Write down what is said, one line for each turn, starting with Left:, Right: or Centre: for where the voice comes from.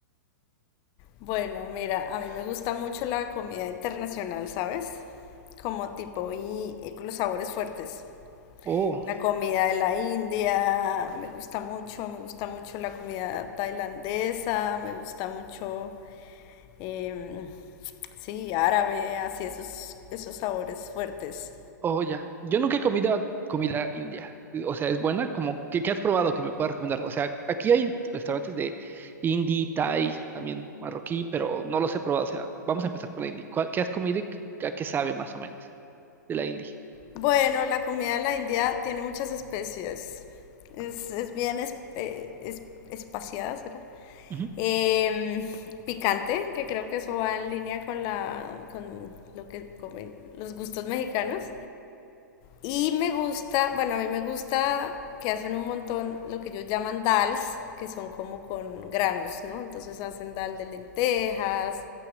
Left: bueno, mira, a mí me gusta mucho la comida internacional, ¿sabes? Como tipo y, y con los sabores fuertes.
Right: Oh.
Left: La comida de la India me gusta mucho, me gusta mucho la comida tailandesa, me gusta mucho, em, sí, árabe, así esos, esos sabores fuertes.
Right: Oh, ya. Yo nunca he comido comida india. O sea, es buena. Como, ¿qué, qué has probado que me puedas recomendar? O sea, aquí hay restaurantes de indie, thai, también marroquí, pero no los he probado. O sea, vamos a empezar por la indie. ¿Cuál- ¿Qué has comido y a qué sabe más o menos de la indie?
Left: Bueno, la comida de la India tiene muchas especies. Es, es bien es, eh, es- espaciada, ¿será?
Right: Ujú.
Left: Em, picante, que creo que eso va en línea con la, con lo que comen los gustos mexicanos. Y me gusta, bueno, a mí me gusta que hacen un montón lo que ellos llaman dals, que son como con granos, ¿no? Entonces hacen dal de lentejas,